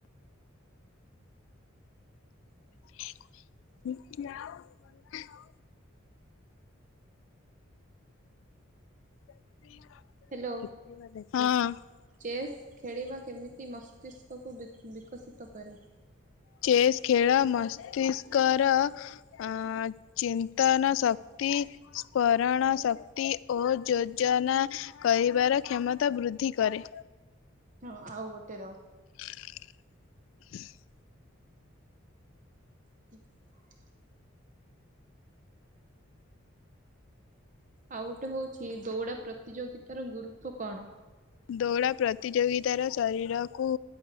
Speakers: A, on the left; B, on the right.
A: <unintelligible> ହଁ।
B: ହ୍ୟାଲୋ ଚେସ୍ ଖେଳିବା କେମିତି ମସ୍ତିଷ୍କକୁ ବିକଶିତ କରେ?
A: ଚେସ୍ ଖେଳ ମସ୍ତିଷ୍କର ଅ ଚିନ୍ତନ ଶକ୍ତି ସ୍ମରଣ ଶକ୍ତି ଓ ଯୋଜନା କରିବାର କ୍ଷମତା ବୃଦ୍ଧି କରେ।
B: ହଁ, ଆଉ ଗୋଟେ ରହ?
A: ହ <unintelligible>
B: ହଁ <unintelligible> ଆଉ ଗୋଟେ ହଉଛି ଦୌଡ଼ା ପ୍ରତିଯୋଗିତା ର ଗୁରୁତ୍ଵ କଣ?
A: ଦୌଡ଼ା ପ୍ରତିଯୋଗିତାର ଶରୀରକୁ